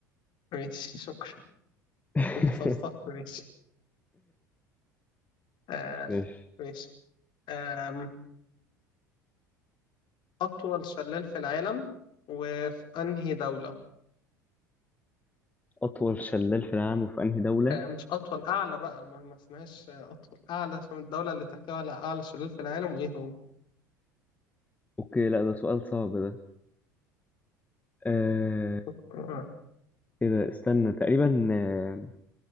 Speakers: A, on the left (about 50°); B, on the left (about 15°).
A: ماشي شكرا
B: <laughs>
A: للأسف صح ماشي آه
B: ماشي
A: ماشي آه أطول شلال في العالم وفي أنهي دولة؟
B: أطول شلال في العالم وفي أنهي دولة؟
A: آه، مش أطول أعلى بقى ما, ما اسمهاش آه، أطول أعلى عشان الدولة اللي تحتوي على أعلى شلال في العالم وإيه هو؟
B: اوكي لا ده سؤال صعب ده آه...
A: <laughs>
B: ايه ده استنى تقريبا آه،